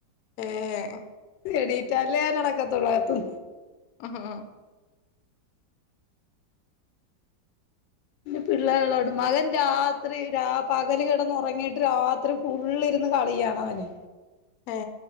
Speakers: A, on the left (about 65°); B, on the left (about 85°).
A: ഏഹ്
B: എണീറ്റാല്ലേ ഞാൻ അടക്കത്തുള്ളൂ
A: ഊഹുഹുഹ്ഹു
B: പിള്ളേരുള്ളൊണ്ട് മകൻ രാത്രി രാ പകല് കിടന്നുറങ്ങിട്ട് രാത്രി രാത്രി ഫുുള്ളിരുന്ന് കളിയാണ് അവന്
A: ഏ